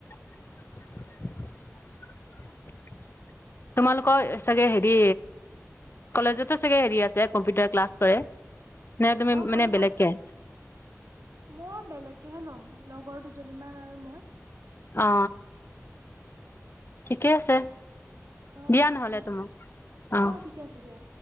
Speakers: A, on the left; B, on the right.
A: <unintelligible> তোমালোকৰ চাগে হেৰি কলেজতো চাগে হেৰি আছে কম্পিউটাৰ ক্লাছ কৰে নাই তুমি
B: অ কৰে
A: মানে
B: কৰে
A: বেলেগকে
B: মই বেলেককেহে ল'ম লগৰ দুজনীমান আৰু মই
A: অ ঠিকে আছে
B: অ
A: দিয়া
B: বা
A: নহলে
B: অ
A: তোমাক অহ
B: অ ঠিকে আছে দিয়া